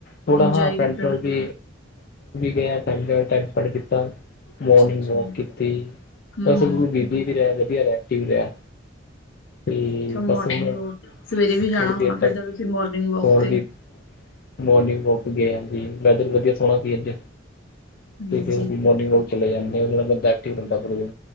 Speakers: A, on the left (about 50°); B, on the left (about 75°).
A: ਥੋੜਾ
B: ਇੰਜੋਏ
A: ਹਾ, ਪੇਂਟ
B: ਕੀਤਾ
A: ਹਾਊਸ ਵੀ ਗਿਆ, ਪੇਂਟ ਹਾਊਸ ਟਾਈਮ ਸਪੈਂਡ ਕੀਤਾ ਮੋਰਨਿੰਗ
B: ਅੱਛਾ ਅੱਛਾ
A: ਵਾਕ ਕੀਤੀ।
B: ਹੂੰ
A: ਦਰਅਸਲ
B: ਹੂੰ
A: ਬਿਜ਼ੀ ਵੀ ਰਿਹਾ ਵਧੀਆ, ਐਕਟਿਵ ਰਿਹਾ। ਤੇ
B: ਅੱਛਾ ਮੋਰਨਿੰਗ
A: ਬਸ ਹੁਣ,
B: ਵੋਕ ਸਵੇਰੇ ਵੀ ਜਾਣਾ
A: ਥੋੜੀ ਦੇਰ
B: ਹੋਣਾ ਫਿਰ
A: ਤਾ,
B: ਤਾਂ ਤੁਸੀਂ ਮੋਰਨਿੰਗ ਵੋਕ
A: ਸੋਣ
B: ਤੇ।
A: ਦੀ। ਮੋਰਨਿੰਗ ਵਾਕ ਗਯਾ ਜੀ। ਵੈਦਰ ਵਧੀਆ ਸੋਹਣਾ ਸੀ ਅੱਜ,
B: ਹਾਂਜੀ।
A: ਤੇ ਫਿਰ ਅਸੀ ਮੋਰਨਿੰਗ ਵਾਕ ਚਲੇ ਜਾਂਦੇ ਉਹ ਬੰਦਾ, ਐਕਟਿਵ ਹੰਦਾ ਫਿਰ ਔ।